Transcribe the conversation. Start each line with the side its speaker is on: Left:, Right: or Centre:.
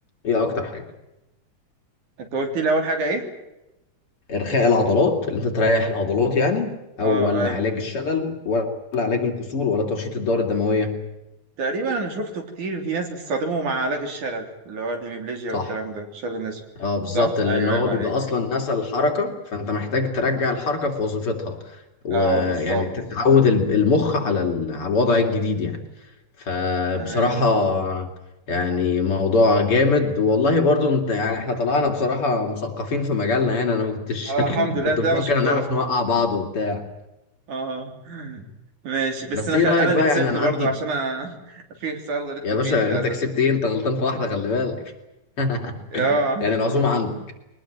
Left: ايه اكتر حاجة
Right: انت قلت لي اول حاجة ايه
Left: إرخاء العضلات اللي أنت تريح العضلات يعني أو
Right: اه
Left: ولا
Right: ايوه
Left: علاج الشلل ولا علاج الكسور ولا تنشيط الدورة الدموية
Right: تقريبا انا شفته كتير في ناس بتستخدمه مع علاج الشلل اللي هو الهيميبليجيا والكلام
Left: صح
Right: ده شلل النسف
Left: اه بالظبط
Right: صح
Left: لان
Right: ايوه
Left: هو
Right: عيب عليك
Left: بيبقى اصلا نسى الحركه فانت محتاج ترجع الحركه في وظيفتها ويعني
Right: اه بالظبط
Left: تتعود الب- المخ على ال- على الوضع الجديد يعني فبصراحه
Right: تمام
Left: يعني موضوع جامد والله برضو انت يعني احنا طلعنا بصراحه مثقفين في مجالنا يعني انا ما كنتش
Right: اه
Left: <laughs>
Right: الحمد لله
Left: كنت
Right: ده
Left: مفكر
Right: انا شطار
Left: هنعرف نوقع بعض وبتاع
Right: اه ماشي بس
Left: بس
Right: انا
Left: ايه
Right: خل...
Left: رايك
Right: انا
Left: بقى
Right: اللي خسرت
Left: يعني انا
Right: برضو
Left: عندي
Right: عشان أنا <laughs> في خسارة غلطت
Left: يا
Right: فيه
Left: باشا
Right: للاسف
Left: يعني انت كسبت ايه انت غلطان في واحده خلي بالك <laughs>
Right: اه
Left: يعني العزومه عندك